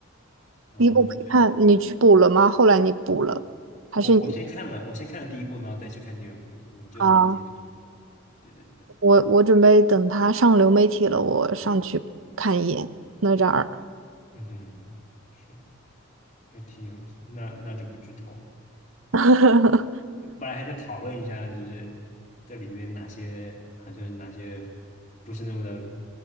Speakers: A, on the left (about 35°); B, on the right (about 65°).
A: 然后就觉得
B: 第一部没看，你去补了吗？后来你补了，还是你
A: 我我先看了，我先看了第一部，然后再去看第二部了，然后就连接上。
B: 啊？
A: 对对对，
B: 我我准备等他上流媒体了，我上去看一眼哪吒二。
A: 嗯哼，是，还挺有意思的。那那就不剧透。
B: <laughs>
A: 本来还想讨论一下，就是这里面哪些好像哪些不是那么的